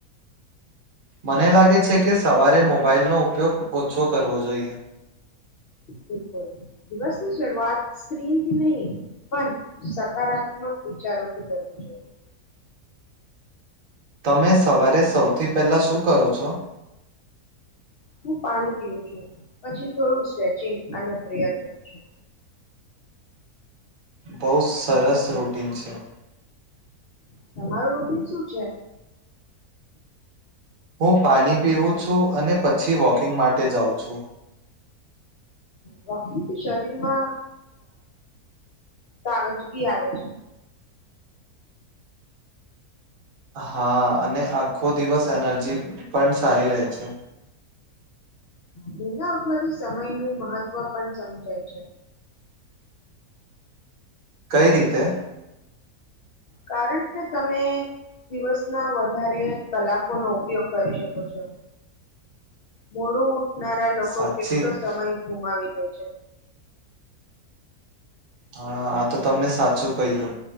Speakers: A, on the right (about 65°); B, on the left (about 85°).
A: મને લાગે છે, કે સવારે મોબાઈલનો ઉપયોગ ઓછો કરવો જોઈએ.
B: બિલકુલ દિવસની શરૂઆત સ્ક્રીનથી નહીં પણ સકારાત્મક વિચારોથી કરવી જોઈએ
A: તમે સવારે સૌથી પહેલા શું કરો છો
B: હું પાણી પીવું છું પછી થોડું સ્ટ્રેચિંગ અને પ્રેયર કરું છું
A: બહુ સરસ <unintelligible>
B: તમારું રૂટીન શું છે
A: હું પાણી પીવું છું અને પછી વોકિંગ માટે જાઉં છું
B: વોકિંગ થી શરીરમાં તાગજગી આવે છે
A: હા અને આખો દિવસ એનર્જી પણ સારી રહે છે
B: વેલા ઉઠવાથી સમયનું મહત્વ પણ સમજાય છે
A: કઈ રીતે
B: કારણ કે તમે દિવસ ના વધારે કલાકો નો ઉપયોગ કરી શકો છો મોળું ઉટનારા લોકો
A: સાચી
B: કેટલો સમય ગુમાવી દે છે
A: હા આા તો તમને સાચું કહ્યું